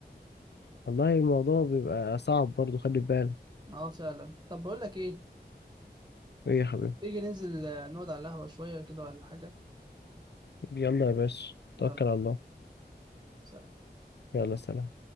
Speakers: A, on the left; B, on the right.
A: والله الموضوع بيبقى صعب برضو خلي بالك
B: اه فعلا طب بقول لك ايه
A: ايه يا حبيبي
B: تيجي ننزل آه، نقعد على القهوة شوية كده ولا حاجة
A: يلا يا باشا توكل
B: يلا
A: على الله
B: سلام
A: يلا سلام